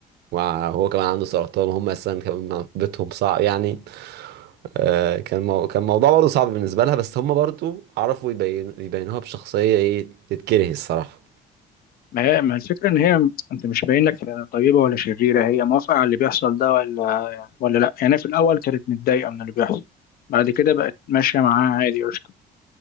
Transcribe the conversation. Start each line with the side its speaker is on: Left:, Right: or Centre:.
Right: وهو كمان عنده سرطان وهم أساسا كمان بيتهم صعب يعني آه، كان مو... كان الموضوع برضه صعب بالنسبة لها بس هم برضه عرفوا يبين... يبينوها بشخصية إيه تتكره الصراحة
Left: ما هي ما الفكره ان هي انت مش باين لك هي طيبه ولا شريره هي موافقه على اللي بيحصل ده ولا ولا لا يعني في الاول كانت متضايقه من اللي بيحصل بعد كده بقت ماشيه معاه عادي قشطه